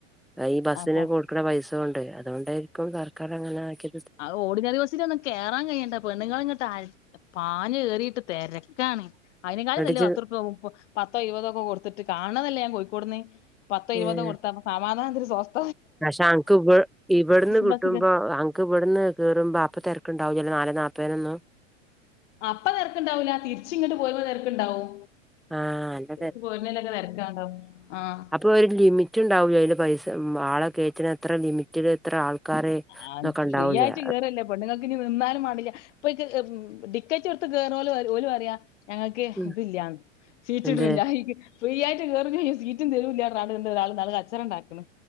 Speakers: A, in the centre; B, on the left.
A: ഈ ബസ്സിന്
B: അപ്പൊ
A: കൊട് ക്ക്ണ പൈസോണ്ട് അതോണ്ടായിരിക്കും സർക്കാറങ്ങനാക്കി
B: അഹ് ഓഡിനറി ബസ്സിനൊന്ന് കേറാൻ കയ്യണ്ടെ പെണ്ണുങ്ങള് ങ്ങട്ട് അ പാഞ്ഞ് കേറിട്ട് തെരക്കാണ്. അയിനെക്കാളു
A: ന്നട്ട്
B: നല്ലത്
A: ഇജ്
B: പത്ത്‌റൂപ്യോ മുപ്പ്‌ പത്തോ ഇരുവതോ ഒക്ക കൊട്ത്തിട്ട് കാൺണതല്ലേ ഞാ കൊയ്ക്കോട്ന്ന്. പത്തോ ഇരുപത്തോ
A: ഏഹ്
B: കൊട്ത്ത പ സമാധാനത്തില് സ്വസ്
A: പക്ഷെ അൻക്ക് ഇബ ഇവട്ന്ന് കിട്ടുമ്പോ
B: ബസ് കേ
A: അ ക്ക്‌ ഇവട്ന്ന് കേറുമ്പ അപ്പ തെരക്ക്ണ്ടാവ് ലല്ലോ നാലേ നാപ്പയിനൊന്നും.
B: അപ്പ തെരക്ക്ണ്ടാവൂല തിരിച്ച്ങ്ങട്ട് പോര്മ്പ തെരക്ക്ണ്ടാവും.
A: ആഹ് നല്ല
B: തിരിച്ച് പോരുന്നലൊക്ക തെരക്കണ്ടാവ ആഹ്.
A: പ്പോരു ലിമിറ്റ്ണ്ടാവുലെ അയില് പൈസ ഉം ആളെ കേറ്റേണ് എത്ര ലിമി റ്റില് ഇത്ര ആൾക്കാരെ
B: ആ
A: തെക്കെണ്ടാവുലേ.
B: ഫ്രീ ആയിട്ട് കേറല്ലേ പെണ്ണുങ്ങൾക്ക് ഞ് ന്ന്ന്നാലും മാണ്ടില്ല പ്പൊ അഹ് മ് ഡിക്കറ്റ്ട്ത്ത് കേർണോല് ഓല് പറ്യാ. ഞങ്ങക്ക്
A: ഉം
B: ഇതില്ലന്ന് സീറ്റ്
A: എന്ത്
B: കിട്ടിണില്ല ഇരിക്ക ഫ്രീ ആയിട്ട് കേറും ചെയ്യും സീറ്റും തരൂല്ലാർഞ്ഞാണ്ട് ഒരാള് ഇന്നാൾ കച്ചറ ഇണ്ടാക്ക്ണ്.